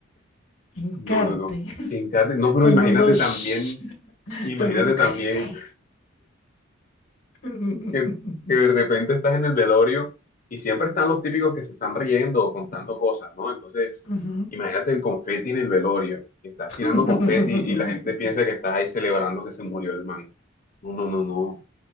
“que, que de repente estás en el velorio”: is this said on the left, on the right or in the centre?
Left